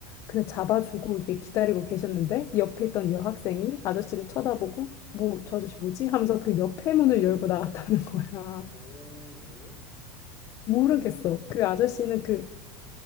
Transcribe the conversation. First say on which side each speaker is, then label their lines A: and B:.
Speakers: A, on the left; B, on the left.
A: 근데 잡아주고 이게 기다리고 계셨는데 옆에 있던 여학생이 아저씨를 쳐다보고 뭐, 저 아저씨 뭐지? 하면서 그 옆에 문을 열고 나갔다는 거야.
B: 오, 왜?
A: 모르겠어. 그
B: 어디서?
A: 아저씨는
B: 우리나라에서?
A: 그,